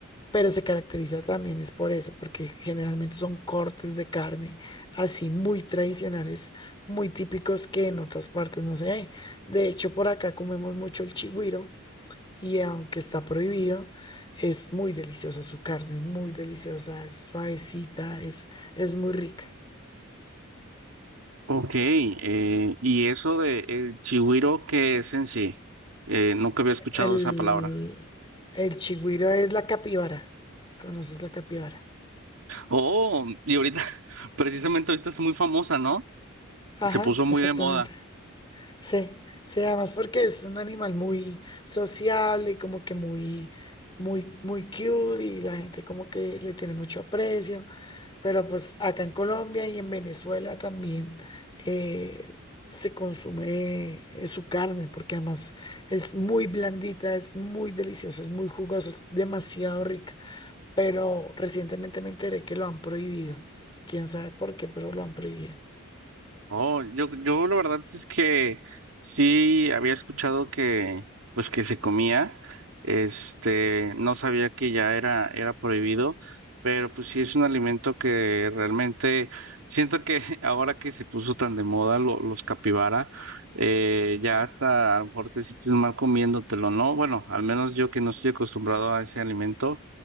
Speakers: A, on the left; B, on the right.
A: pero se caracteriza también es por eso, porque generalmente son cortes de carne así muy tradicionales, muy típicos que en otras partes no se ve. De hecho, por acá comemos mucho el chigüiro y aunque está prohibido, es muy deliciosa su carne, es muy deliciosa, es suavecita, es, es muy rica.
B: Ok, eh, y eso de el chigüiro, ¿qué es en sí? Eh, nunca había escuchado
A: El,
B: esa palabra.
A: el chigüiro es la capibara. ¿Conoces la capibara?
B: Oh, y ahorita, <laughs> precisamente ahorita es muy famosa, ¿no?
A: Ajá,
B: Se puso muy
A: exactamente.
B: de moda.
A: Sí, sí, además porque es un animal muy sociable y como que muy, muy, muy cute y la gente como que le tiene mucho aprecio. Pero pues acá en Colombia y en Venezuela también eh, se consume eh, su carne, porque además es muy blandita, es muy deliciosa, es muy jugosa, es demasiado rica. Pero recientemente me enteré que lo han prohibido. Quién sabe por qué, pero lo han prohibido.
B: Oh, yo, yo la verdad es que sí había escuchado que, pues que se comía, este, no sabía que ya era, era prohibido, pero pues sí es un alimento que realmente siento que <laughs> ahora que se puso tan de moda lo- los capibara, eh, ya hasta a lo mejor te sientes mal comiéndotelo, ¿no? Bueno, al menos yo que no estoy acostumbrado a ese alimento,